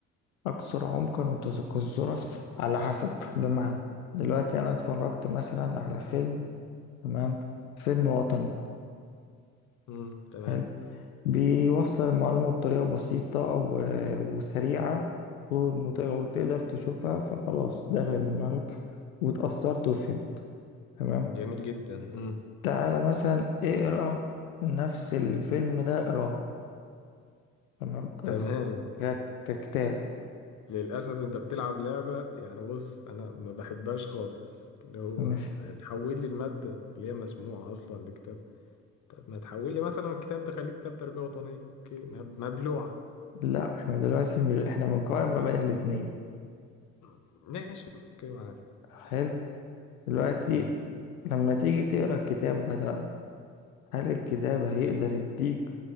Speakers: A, on the left (about 80°); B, on the left (about 45°).
A: اكثر عمقا وتذكرا على حسب بمعنى دلوقتي انا اتفرجت مثلا على فيلم تمام فيلم وطني
B: امم تمام
A: حلو بيوصل المعلومة بطريقة بسيطة و- وسريعة ومت- وتقدر تشوفها فخلاص دخلت دماغك واتأثرت وفهمت تمام
B: جميل جدا امم
A: تعالى مثلا اقرأ نفس الفيلم ده اقراه تمام ك-
B: تمام
A: ك- ككتاب
B: للأسف أنت بتلعب لعبة يعني بص أنا ما بحبهاش خالص اللي هو
A: مش
B: هتحول لي المادة اللي هي مسموعة أصلا لكتاب طب ما تحول لي مثلا الكتاب ده خليه كتاب تربية وطنية أوكي مب- مبلوعة
A: لا احنا دلوقتي م- احنا بنقارن ما بين الاتنين
B: مم. ماشي أوكي معاك
A: حلو دلوقتي
B: مم.
A: لما تيجي تقرأ الكتاب ده بقى هل الكتاب هيقدر يديك